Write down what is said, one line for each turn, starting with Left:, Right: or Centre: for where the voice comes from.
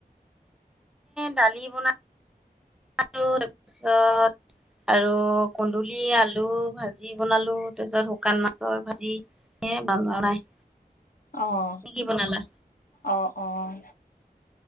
Centre: দালি বনাই <unintelligible> তাৰপিছত আৰু কন্দুলি আলু ভাজি বনালোঁ, তাৰপিছত শুকান মাছৰ ভাজি। এ, বান্দৰ নাই।
Left: আহ,
Centre: তুমি কি বনালা
Left: আহ, আহ